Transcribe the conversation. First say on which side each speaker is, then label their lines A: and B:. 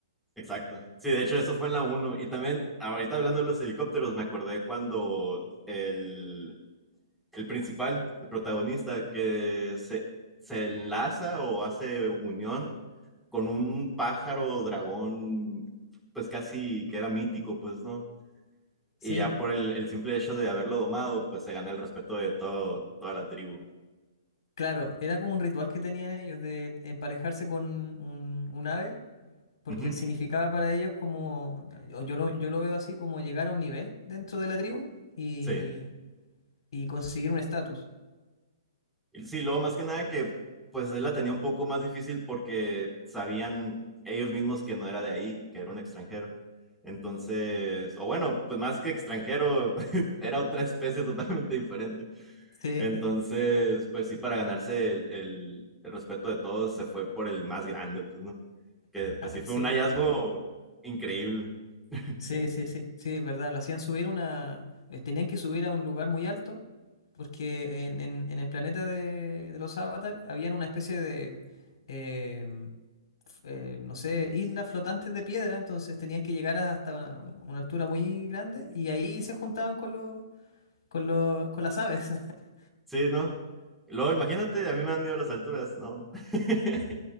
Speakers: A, in the centre; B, on the left.
A: exacto. Sí, de hecho eso fue en la uno Y también, ahorita hablando de los helicópteros, me acordé cuando el, el principal, el protagonista, que se, se enlaza o hace unión con un pájaro dragón, pues casi que era mítico, pues, ¿no?
B: Sí,
A: Y ya por el, el simple hecho de haberlo domado, pues se gana el respeto de todo, toda la tribu.
B: claro, era como un ritual que tenían ellos de emparejarse con un, un ave, porque
A: Ujú,
B: significaba para ellos como, yo, yo lo, yo lo veo así, como llegar a un nivel dentro de la tribu y,
A: Sí,
B: y conseguir un estatus.
A: Sí, luego más que nada que pues él la tenía un poco más difícil porque sabían ellos mismos que no era de ahí, que era un extranjero. Entonces, o bueno, pues más que extranjero, <laughs> era otra especie totalmente diferente.
B: <laughs>
A: Entonces,
B: Sí.
A: pues sí, para ganarse el, el- el respeto de todos, se fue por el más grande, pues, ¿no? Que pues sí fue
B: Sí,
A: un hallazgo increíble. <laughs>
B: sí, sí, sí, sí, es verdad. Lo hacían subir una. eh, Tenían que subir a un lugar muy alto, porque en, en- en el planeta de, de los Avatar habían una especie de. em, f- eh, no sé, islas flotantes de piedra, entonces tenían que llegar hasta una, una altura muy grande y ahí se juntaban con los, con los, con las aves. <laughs>
A: Sí, ¿no? Luego, imagínate, a mí me dan miedo las alturas, ¿no? <laughs>